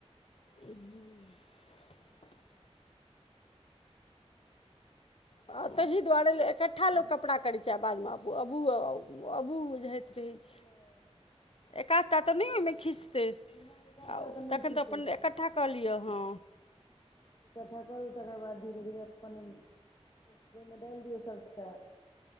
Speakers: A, on the left (about 60°); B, on the left (about 40°).
A: हूंम्म। आ तहि दुआरे इकठ्ठा लोक कपड़ा करै छै, आ बाद में अबू-अबूह-अ-अबूह बुझाइ दै छै,
B: हँ
A: एक-आध तऽ नहि ओहिमें खिस से,
B: नहि एकटा
A: आ
B: तऽ नहि
A: तखन
B: खीचै
A: तऽ अपन
B: छै
A: एकट्ठा कऽ लिअ, हँ।
B: इकट्ठा करू तकर बाद धीरे-धीरे अपन एक बेर में डाइल दियौ सभटा